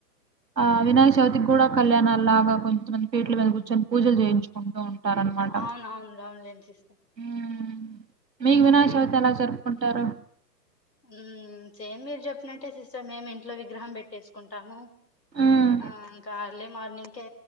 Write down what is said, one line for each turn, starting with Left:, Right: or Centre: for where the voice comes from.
Right: ఆ అ వినాయక చవితికి కూడా కళ్యాణాల లాగా కొంచెమంది పీట్లు మీద కూర్చొని పూజలు చేయించుకుంటూ ఉంటారన్నమాట
Left: అవును అవును అవునులేండి సిస్టర్
Right: ఉ మీగ్ వినాయకచవితి
Left: ఇక్క
Right: ఎలా జరుపు కుంటారు
Left: ఉ సేమ్ మీరు చెప్పినట్టే సిస్టర్ మేము ఇంట్లో విగ్రహం పెట్టేసుకో కుంటాము
Right: ఉమ్
Left: ఆ ఇంకా ఎర్లీ మార్నింగ్ నిన్కే